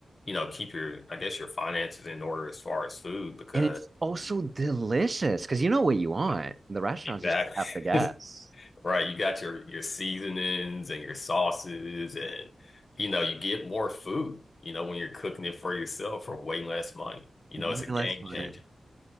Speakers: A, on the left; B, on the right.
A: you know, keep your, I guess, your finances in order as far as food because
B: And it's also delicious because you know what you want.
A: yeah,
B: The restaurants
A: exactly.
B: just have to guess.
A: <laughs> Right, you got your your seasonings and your sauces and you know, you get more food, you know, when you're cooking it for yourself for way less money. You
B: Way
A: know, it's a
B: less
A: game
B: money.
A: changer.